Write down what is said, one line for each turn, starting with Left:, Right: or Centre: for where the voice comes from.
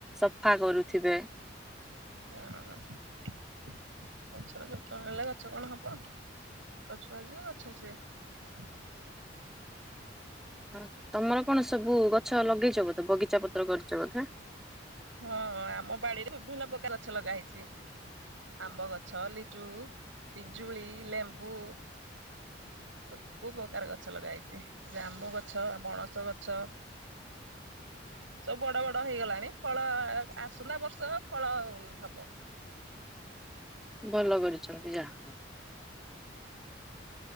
Centre: ଫା କରୁଥିବେ।
Right: ହଁ ଗଛର ଯତ୍ନ ନ ନେଲେ ଗଛ କଣ ହବ? ଛୋଟ ଛୁଆ ଯିଏ ଗଛ ସିଏ। ହୁଁ <inaudible>
Centre: ହ ତମର କଣ ସବୁ ଗଛ ଲଗେଇଚ ବୋଧେ ବଗିଚା ପତ୍ର କରିଚ ବୋଧେ?
Right: ହଁ ଆମ ବାଡିରେ ବିଭିନ୍ନ ପ୍ରକାର ଗଛ ଲଗା ହେଇଚି। ଆମ୍ବ ଗଛ ଲିଟୁ ପିଜୁଳି ଲେମ୍ବୁ ସବୁ ପ୍ରକାର ଗଛ ଲଗା ହେଇଚି ଜାମୁ ଗଛ ପଣସ ଗଛ ସବୁ ବଡ ବଡ ହେଇଗଲାଣି ଫଳ ଆସନ୍ତା ବର୍ଷ ଫଳ ହବ।
Centre: ଭଲ କରିଚନ୍ତି ଯାହା ହଉ।